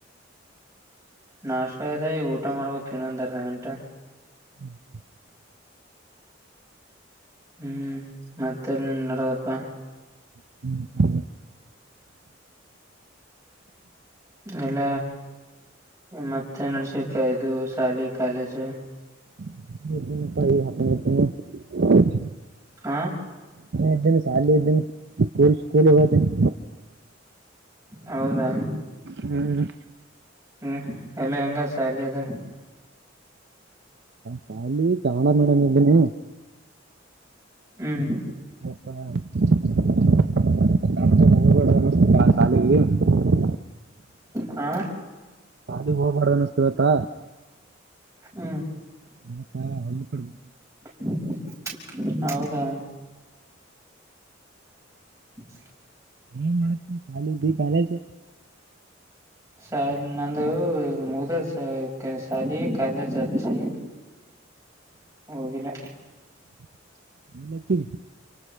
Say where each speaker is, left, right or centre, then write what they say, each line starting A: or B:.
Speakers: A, on the right; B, on the right.
A: ನಷ್ಟ ಆಗೈತೆ ಊಟ ಮಾಡಬೇಕು ಇನ್ನೊಂದ್ ಅರ್ಧ ಗಂಟೆ.
B: <unintelligible>
A: ಹ್ಮ್ ಮತ್ತೆನ್ ನೆಡೆದಪ್ಪ
B: <inaudible>
A: ಎಲ್ಲ ಮತ್ತೆ ನಡ್ಸಿಕ ಇದು ಶಾಲಿ ಕಾಲೇಜು.
B: <unintelligible>
A: ಹಾ
B: ಇದ್ದೇನೆ ಶಾಲಿ ಇದ್ದಿನನೆ ಸ್ಕೂಲ್ ಸ್ಕೂಲ್ ಹೋಗೋತೇನಿ.
A: ಹೌದಾ
B: ಹ್ಮ್
A: ಹ್ಮ್ ಅಲ್ಲಿ ಹೆಂಗ ಸಾಲಿ ಅದ
B: ಶಾಲಿ ಕನ್ನಡ ಮೇಡಂ ಇದೀನಿ.
A: ಹ್ಮ್
B: <inaudible> <inaudible>
A: ಹಾ
B: ಸಾಲಿಗೆಗ್ ಹೋಗಬಾರ್ದ ಅನ್ನಿಸ್ತ ಇವತ್ತು.
A: ಹ್ಮ್
B: <unintelligible>
A: <inaudible> ಹೌದಾ <inaudible>
B: ಏನ್ ಮಾಡಾಕತ್ತಿ ಇದ ಕಾಲೇಜ್ ಇದ ಕಾಲೇಜ್
A: ಸಾ ನಂದು ಮುಗ್ದ ಶಾಲಿ ಕಾಲೇಜ್ ಹಚ್ಚನಿ ಹೋಗಿಲ್ಲ
B: <inaudible> ನಿನ್ ತಿನ್ನ